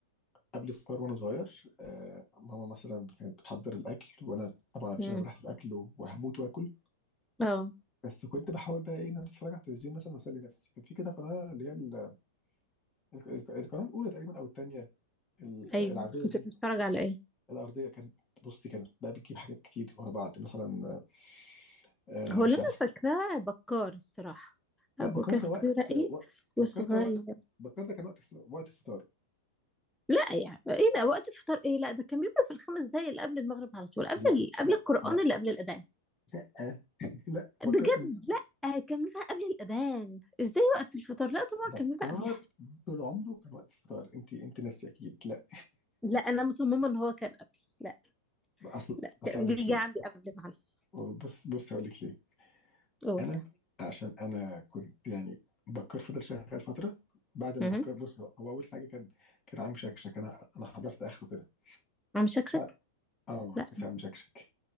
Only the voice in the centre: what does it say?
امم
اه
ايوه
كنت
بتتفرج على ايه
هو
اللي أنا
فاكراه بكار الصراحة
أبو
كفي
رقيق
وصغير
لا يعني إيه ده وقت الفطار إيه لا ده كان بيبقى في الخمس دقايق اللي قبل المغرب على طول قبل
ال- قبل
القرآن
اللي قبل الأذان
بجد
لا كان بيبقى قبل الأذان ازاي وقت الفطار لا طبعا
كان بيبقى قبلها
لا أنا مصممة إن هو كان قبل لا
لا
كان
بيجي
عندي قبل معلش
قول
مهم.
عم شكشك
لا